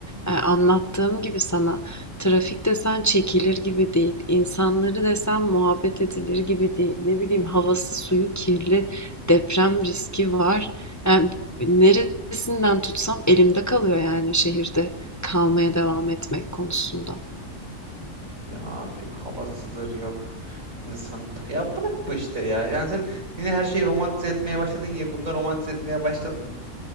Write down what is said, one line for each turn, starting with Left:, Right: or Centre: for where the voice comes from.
Left: Yani anlattığım gibi sana trafik desen çekilir gibi değil. İnsanları desen muhabbet edilir gibi değil. Ne bileyim havası suyu kirli, deprem riski var. Yani neresinden tutsam elimde kalıyor yani şehirde kalmaya devam etmek konusunda.
Right: Ya abi havasıdır yok insanıdır ya bırak bu işleri ya. Yani sen yine her şeyi romantize etmeye başladın ya bunda romantize etmeye başladın.